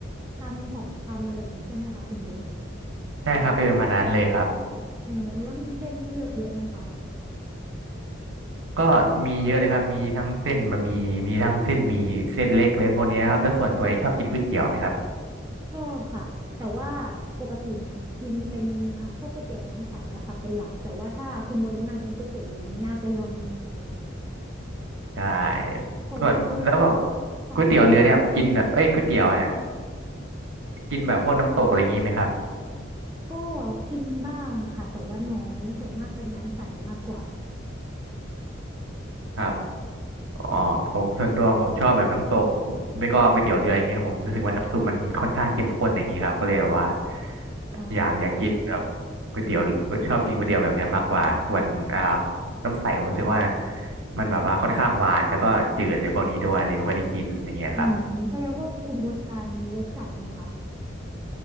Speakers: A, on the right; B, on the right.
A: คำสองคำอะไรอย่างนี้ใช่ไหมคะคุณโบ๊ท
B: ใช่ครับเป็นประมาณนั้นเลยครับ
A: อ๋อแล้วมีเส้นให้เลือกเยอะไหมคะ
B: ก็มีเยอะเลยครับมีทั้งเส้นบะหมี่มีทั้งเส้นหมี่เส้นเล็กเลยพวกเนี้ยครับแล้วส่วนตัวเองชอบกินก๋วยเตี๋ยวไหมครับ
A: ชอบค่ะแต่ว่าปกติเนี่ยกินเป็นอ่าพวกก๋วยเตี๋ยวน้ำใสอะค่ะเป็นหลักแต่ว่าถ้าคุณโบนแนะนำเป็นก๋วยเตี๋ยวเรืออันนี้น่าไปลองอยู่เหมือนกัน
B: ใช่
A: ของคุณโบน
B: ส่วนแล้วแบบ
A: ค่ะ
B: ก๋วยเตี๋ยวเรือเนี่ยกินเอ้ยก๋วยเตี๋ยวเนี่ยกินแบบพวกน้ำตกอะไรงี้ไหมครับ
A: ก็กินบ้างค่ะแต่ว่าน้อยส่วนมากเป็นน้ำใสมากกว่า
B: ครับ อ๋อผมส่วนตัวผมชอบแบบน้ำตกไม่ก็ก๋วยเตี๋ยวเรืออย่างเงี้ยผมรู้สึกว่าน้ำซุปมันค่อนข้างเข้มข้นอะไรอย่างงี้ครับก็เลยแบบว่า
A: อ่า
B: อยากอยากกินแบบก๋วยเตี๋ยวชอบกินก๋วยเตี๋ยวแบบเนี้ยมากกว่าส่วนอ่าน้ำใสผมรู้สึกว่ามันแบบว่าค่อนข้างหวานแล้วก็จืดเลยพวกนี้ด้วยเลยไม่ค่อยได้กินอย่างเงี้ยครับ
A: อืมแสดงว่าคุณโบททานรสจัดไหมคะ